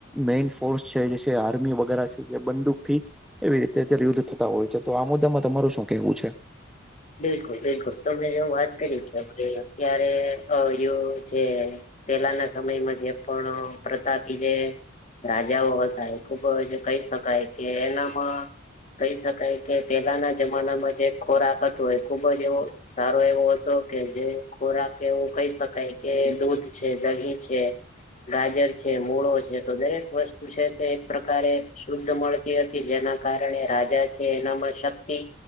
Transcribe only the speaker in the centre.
મેન ફોર્સ છે જે આર્મી વગેરે છે જે બંદૂક થી એવી રીતે અત્યારે યુદ્ધ થતા હોય છે તો આ મુદ્દામાં તમાર શું કહેવું છે.